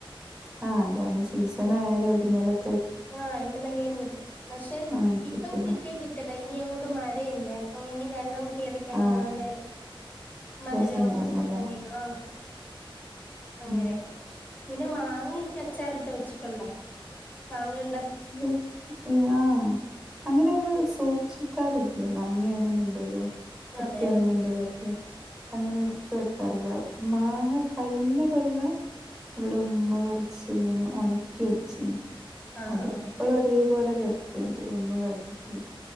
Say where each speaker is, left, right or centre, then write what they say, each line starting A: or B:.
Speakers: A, in the centre; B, on the left.
A: ആഹ് അതാണ് സീസൺ ആയാലും എവിടുന്നേലും
B: ആഹ് എവിടുന്നെങ്കിലും കിട്ടും പക്ഷെ
A: ആ
B: ഇപ്പം
A: കിട്ടല്ലോ.
B: കിട്ടിയാ കിട്ട ഇനി അങ്ങോട്ട് മഴയല്ലേ അപ്പൊ ഇനി വെള്ളം കേറ കഴിഞ്ഞാല്
A: ആ
B: മധുരം
A: രസണ്ടാവൂലല്ലേ?
B: ഒക്കെ പോയി ആഹ് അങ്ങനെയൊക്കെ
A: ഉം.
B: പിന്നെ മാങ്ങയൊക്കെ അച്ചാറിട്ട് വെച്ചിട്ടുണ്ട് മാങ്ങയു
A: ഏഹ് ഏഹ് ആഹ് അങ്ങനെ അങ്ങള് സൂക്ഷിക്കാറില്ല മാങ്ങയാണെന്നുണ്ടേലും ചക്കയാണെന്നുണ്ടേലും
B: അതെയോ
A: ഒക്കെ അങ്ങനെ എടുത്ത് വെക്കാറില്ല മാങ്ങ കയിഞ്ഞ കൊല്ലം ഇവിടെ ഉമ്മ കൊറച്ച് ഇങ്ങനെ ഉണക്കി വെച്ചി
B: ആഹ്
A: അതിപ്പളും
B: ആഹ്
A: അതേപോലെ കിടക്കണ്ട് ഒന്നും കാട്ടിട്ടില്ല